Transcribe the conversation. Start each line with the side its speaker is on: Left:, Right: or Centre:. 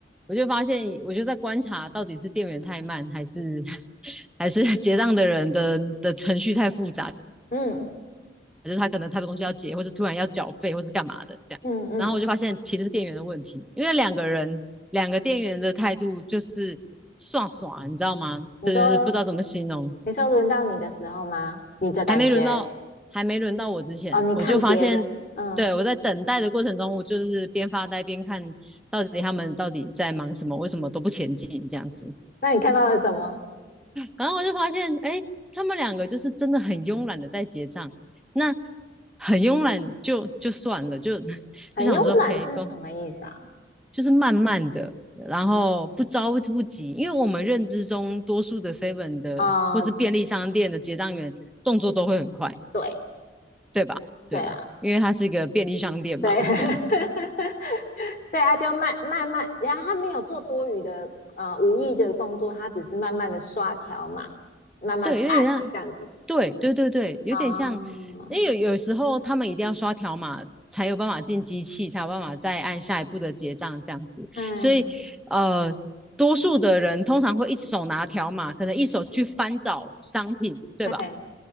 Centre: 我就发现，我就在观察到底是店员太慢，还是 <laughs> 还是结账的人的的程序太复杂，
Left: 嗯
Centre: 就是他可能太多东西要结，或是突然要缴费，或是干嘛的这样。
Left: 嗯嗯，
Centre: 然后我就发现其实是店员的问题，因为两个人两个店员的态度就是爽爽，你知道吗？
Left: 你说
Centre: 这就是不知道怎么形容。
Left: 你说轮到你的时候吗？你的感觉
Centre: 还没轮到，还没轮到我之前，
Left: 哦，你看别人，
Centre: 我就发现，
Left: 嗯，
Centre: 对，我在等待的过程中，我就是边发呆边看到底他们到底在忙什么，为什么都不前进这样子。
Left: 那你看到了什么？
Centre: 然后我就发现，哎，他们两个就是真的很慵懒的在结账，那很慵懒就就算了，就 <laughs>
Left: 很慵懒是什么意思啊？
Centre: 就想说可以跟，就是慢慢的。然后不着不急，因为我们认知中多数的 Seven 的或是便利商店的结账员动作都会很快，
Left: 哦、对
Centre: 对吧？对，
Left: 对啊，
Centre: 因为它是一个便利商店嘛，
Left: 对，<laughs>
Centre: 这样
Left: 所以他就慢慢慢，然后他没有做多余的呃无意的动作，他只是慢慢的刷条码，慢慢的按这样子。
Centre: 对，有点像，对对对对，有点像，
Left: 哦，
Centre: 因为有有时候他们一定要刷条码才有办法进机器，才有办法再按下一步的结账这样子，
Left: 嗯，
Centre: 所以呃，多数的人通常会一手拿条码，可能一手去翻找商品，对吧？
Left: 嘿，